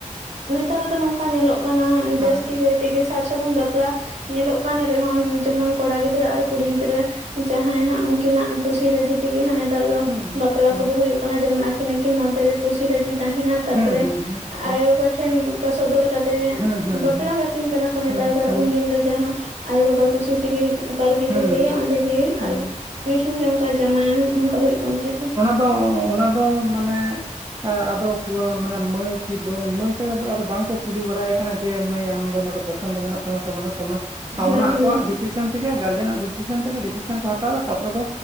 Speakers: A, on the right; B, on the right.
A: ᱱᱮᱛᱟᱨ ᱫᱚ ᱱᱚᱝᱠᱟ ᱧᱮᱞᱚᱜ ᱠᱟᱱᱟ ᱡᱟᱹᱥᱛᱤ
B: ᱦᱮᱸ
A: ᱠᱟᱭᱛ <unintelligible> ᱛᱮᱜᱮ ᱥᱟᱨ ᱥᱟᱹᱜᱩᱱ ᱵᱟᱯᱞᱟ ᱧᱮᱞᱚᱜ ᱠᱟᱱ ᱨᱮᱦᱚᱸ ᱡᱮᱢᱚᱱ ᱠᱚᱲᱟ ᱜᱤᱫᱽᱨᱟᱹ ᱟᱨ ᱠᱩ <unintelligible> ᱠᱩᱲᱤ ᱜᱤᱫᱽᱨᱟᱹ ᱡᱟᱦᱟᱸᱭ ᱦᱟᱸᱜ ᱩᱱᱠᱤᱱᱟᱜ ᱠᱩᱥᱤ ᱨᱟᱹᱡᱤ ᱛᱮᱜᱮ ᱦᱟᱸᱜ ᱱᱮᱛᱟᱨ ᱫᱚ
B: ᱦᱩᱸ
A: ᱵᱟᱯᱞᱟ
B: ᱦᱩᱸ
A: ᱠᱚᱫᱚ ᱦᱩᱭᱩᱜ ᱠᱟᱱᱟ ᱡᱮᱢᱚᱱ ᱟᱹᱠᱤᱱ ᱟᱹᱠᱤᱱ ᱢᱚᱫᱽᱫᱷᱮᱨᱮ ᱠᱩᱥᱤ ᱨᱟᱹᱡᱤ ᱛᱟᱦᱮᱱᱟ ᱛᱟᱯᱚᱨᱮᱼᱼ
B: ᱦᱩᱸ ᱦᱩᱸ ᱦᱩᱸ ᱦᱩᱸ
A: ᱟᱭᱳ ᱵᱟᱵᱟ ᱴᱷᱮᱱ ᱚᱱᱠᱟ ᱥᱚᱫᱚᱨ ᱠᱟᱛᱮᱜ
B: ᱦᱩᱸ ᱦᱩᱸ
A: ᱵᱟᱯᱞᱟ
B: ᱦᱩᱸ
A: ᱠᱟᱠᱤᱱ ᱠᱟᱱᱟ ᱠᱚ ᱱᱮᱛᱟᱨ
B: ᱦᱩᱸ
A: ᱫᱚ ᱟᱨ
B: ᱦᱩᱸ
A: ᱩᱱᱫᱤᱱ ᱫᱚ᱾ ᱡᱟᱦᱟᱸ ᱟᱭᱳᱵᱟᱵᱟ ᱠᱩᱥᱤ ᱛᱮᱜᱮ ᱚᱠᱟ ᱨᱮᱜᱮ
B: ᱦᱩᱸ
A: ᱠᱚ ᱞᱟᱹᱭᱟ ᱚᱸᱰᱮᱜᱮ
B: ᱦᱩᱸ
A: ᱟᱨ ᱩᱱᱤ ᱴᱷᱮᱱ ᱜᱮ ᱚᱱᱠᱟ <unintelligible> ᱡᱟᱢᱟᱭ ᱚᱱᱠᱟ ᱦᱩᱭᱩᱜ ᱠᱟᱱ ᱛᱟᱦᱮᱸᱜᱼᱟ᱾
B: ᱛᱚ ᱚᱱᱟ ᱫᱚ ᱢᱟᱱᱮ ᱟᱫᱚ ᱢᱟᱱᱮ ᱢᱟᱹᱭ ᱠᱤ ᱢᱟᱹᱭ ᱛᱮᱫᱚ ᱵᱟᱝᱠᱚ ᱠᱩᱞᱤ ᱵᱟᱲᱟᱭ ᱠᱟᱱᱟ ᱡᱮ ᱢᱟᱹᱭ ᱟᱢᱫᱚ ᱱᱚᱰᱮ ᱯᱚᱪᱷᱚᱱᱫᱚ ᱢᱮᱱᱟᱜ ᱛᱟᱢᱟ ᱥᱮ ᱵᱟᱹᱱᱩᱜ ᱛᱟᱢᱟ ᱟᱸ
A: ᱦᱳᱭ
B: ᱚᱱᱟ
A: ᱦᱳᱭ
B: ᱟᱠᱚᱣᱟᱜ ᱰᱤᱥᱤᱥᱮᱱᱼᱼ ᱛᱮᱜᱮ ᱜᱟᱨᱡᱮᱱᱟᱜ ᱰᱤᱥᱤᱥᱮᱱ ᱛᱮᱜᱮ ᱰᱤᱥᱮᱱ ᱠᱚ ᱦᱟᱛᱟᱣᱫᱟ ᱛᱯᱚᱨᱮ ᱠᱚ